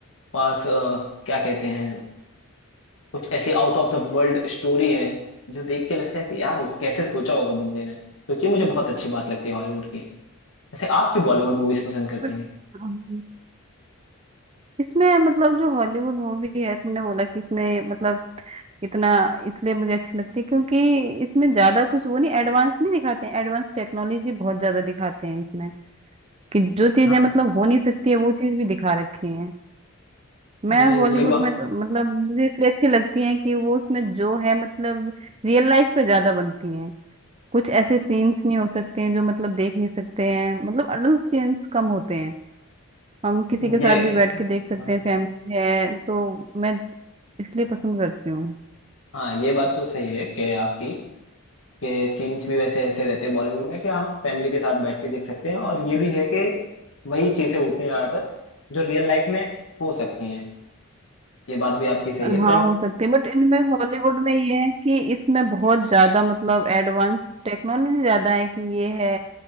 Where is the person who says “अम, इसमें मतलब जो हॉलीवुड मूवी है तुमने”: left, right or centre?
Right